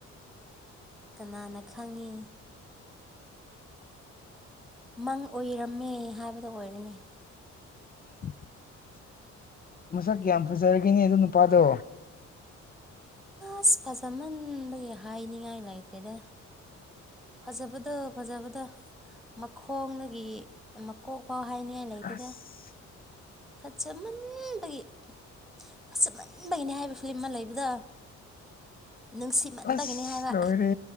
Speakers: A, in the centre; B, on the left.
A: ꯀꯅꯥꯅ ꯈꯪꯉꯤ ꯃꯪ ꯑꯣꯢꯔꯝꯃꯦ ꯍꯥꯢꯕꯗꯣ ꯑꯣꯢꯔꯦꯅꯦ
B: <unintelligible> ꯃꯁꯛ ꯀꯤꯌꯥꯝ ꯐꯖꯔꯒꯦꯅꯦ ꯑꯗꯨ ꯅꯨꯄꯥꯗꯣ
A: ꯑꯁ ꯐꯖꯃꯟꯕꯒꯤ ꯍꯥꯢꯅꯤꯡꯉꯥꯢ ꯂꯩꯇꯦꯗ ꯐꯖꯕꯗꯣ ꯐꯖꯕꯗꯣ ꯃꯈꯣꯡꯗꯒꯤ ꯃꯀꯣꯛ ꯐꯥꯎ ꯍꯥꯢꯅꯤꯉꯥꯢ ꯂꯩꯇꯦꯗ
B: ꯑꯁ
A: ꯐꯖꯃꯟꯕꯒꯤ ꯐꯖꯃꯟꯕꯒꯤꯅꯤ ꯍꯥꯢꯕ ꯐꯤꯂꯝ ꯑꯃ ꯂꯩꯕꯗꯣ ꯅꯨꯡꯁꯤꯃꯟꯕꯒꯤꯅꯤ
B: ꯑꯁ
A: ꯍꯥꯢꯕ
B: ꯂꯣꯏꯔꯦ